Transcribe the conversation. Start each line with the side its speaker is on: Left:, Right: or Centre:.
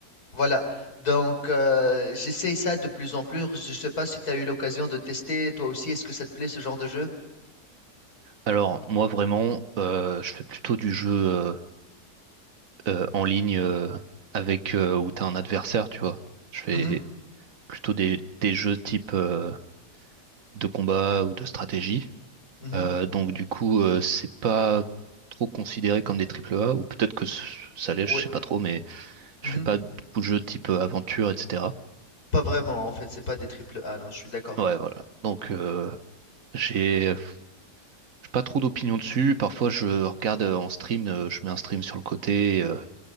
Left: Voilà, donc euh, j'essaye ça de plus en plus. Je sais pas si tu as eu l'occasion de tester toi aussi. Est-ce que ça te plaît ce genre de jeu?
Right: Alors, moi vraiment, euh, je fais plutôt du jeu euh, euh, en ligne euh, avec euh, où t'as un adversaire, tu vois. Je fais
Left: Mhm,
Right: plutôt des, des jeux type euh, de combat ou de stratégie.
Left: mhm,
Right: Euh, donc du coup, euh, c'est pas trop considéré comme des triple A, ou peut-être que c- ça l'est,
Left: oui,
Right: je sais pas trop, mais je
Left: mhm.
Right: fais pas beaucoup de jeux type euh, aventure, etc.
Left: Pas vraiment en fait, c'est pas des triple A, non, je suis d'accord.
Right: Ouais, voilà. Donc, euh, j'ai j'ai pas trop d'opinion dessus. Parfois, je regarde euh, en stream, euh, je mets un stream sur le côté. euh,